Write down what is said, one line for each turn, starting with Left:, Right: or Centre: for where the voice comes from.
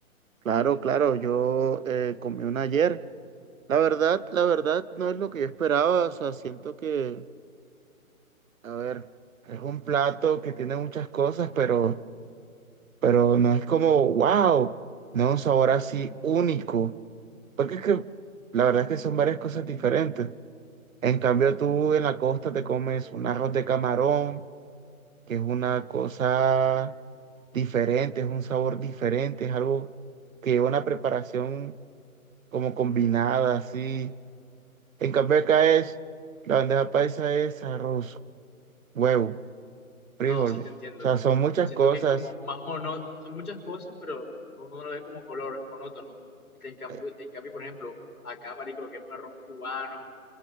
Right: claro, claro, yo eh, comí una ayer. La verdad, la verdad no es lo que yo esperaba, o sea, siento que, a ver, es un plato que tiene muchas cosas, pero... pero no es como, wow, no, un sabor así único. Porque es que la verdad es que son varias cosas diferentes. En cambio, tú en la costa te comes un arroz de camarón, que es una cosa diferente, es un sabor diferente, es algo que lleva una preparación como combinada, así. En cambio, acá es, la bandeja paisa es arroz, huevo, frijoles.
Left: No, sí, te entiendo.
Right: O sea, son muchas
Left: Siento
Right: cosas.
Left: que es como más monótono, son muchas cosas, pero uno lo ve como color, monótono. Y te- en cambio,
Right: Ay,
Left: en cambio, por ejemplo, acá, marico, lo que es un arroz cubano,